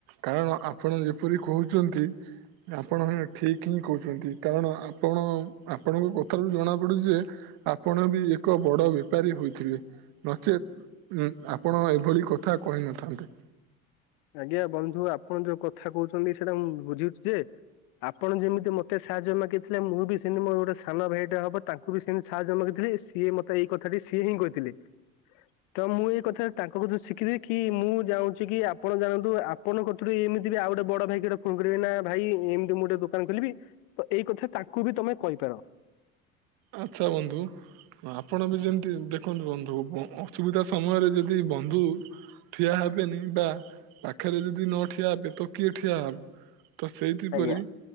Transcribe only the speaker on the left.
ଆଜ୍ଞା ବନ୍ଧୁ ଆପଣ ଯୋଉ କଥା କହୁଛନ୍ତି ସେଇଟା ମୁଁ ବୁଝଛି ଯେ ଆପଣ ଯେମିତି ମତେ ସାହାଯ୍ୟ ମାଗିଥିଲେ ମୁଁ ବି ସେମିତି ମୋର ଗୋଟେ ସାନ ଭାଇଟା ହବ ତାଙ୍କୁ ବି ସେମିତି ସାହାଯ୍ୟ ମାଗିି ସିଏ ମତେ ଏଇ କଥା ସିଏ ହିଁ କହିଥିଲେ। ତ ମୁଁ ଏଇ କଥା ତାଙ୍କ କଥା ଶିଖିଦି କି ମୁଁ ଯାଉଁଛି କି ଆପଣ ଜାଣନ୍ତୁପଣ କଥରୁ ଏମତି ବି ଆଉ ଗୋଟେ ବ ଭାଇ ଗୋଟେ ଫୋନ କରିବେ ନା ଭାଇ ଏମିତି ମୁଁ ଗୋଟେ ଦୋକାନ ଖୋଲିବି। ତ ଏଇ କଥା ତାଙ୍କୁ ବି ତମେ କହିପାର।
ଆଜ୍ଞା